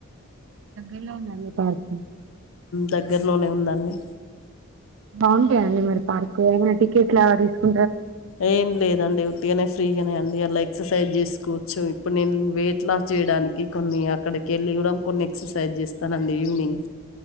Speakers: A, on the right (about 65°); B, on the left (about 75°).
A: అలా ఉందండి పార్కు
B: దగ్గరలోనే ఉందండి
A: బాగుంటాయండి మరి పార్క్ ఏమైనా టికెట్ లా తీసుకు
B: ఏం లేదండి ఉట్టుగానే ఫ్రీగానే అండి అలా ఎక్సర్సైజ్ చేసు కూర్చు ఇప్పుడు నేను వెయిట్ లాస్ చేయడానికి కొన్ని అక్కడికి వెళ్ళి ఇవ్వడం కొన్ని ఎక్సర్సైజ్ చేస్తానండి ఈవినింగ్